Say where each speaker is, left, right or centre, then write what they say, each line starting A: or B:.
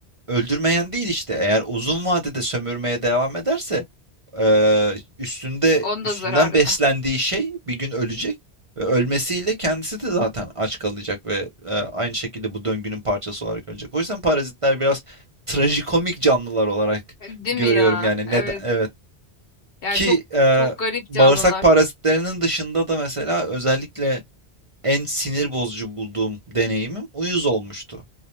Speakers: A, on the right (about 35°); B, on the left (about 60°).
A: öldürmeyen değil işte. Eğer uzun vadede sömürmeye devam ederse eee, üstünde
B: Onun
A: üstünden
B: da zararına.
A: beslendiği şey bir gün ölecek ve ölmesiyle kendisi de zaten aç kalacak ve eee, aynı şekilde bu döngünün parçası olarak ölecek. O yüzden parazitler biraz trajikomik canlılar olarak
B: Değil
A: görüyorum
B: mi ya?
A: yani
B: Evet.
A: neden evet
B: Yani
A: ki
B: çok
A: eee,
B: çok garip
A: bağırsak
B: canlılar.
A: parazitlerinin dışında da mesela özellikle en sinir bozucu bulduğum deneyimim uyuz olmuştu.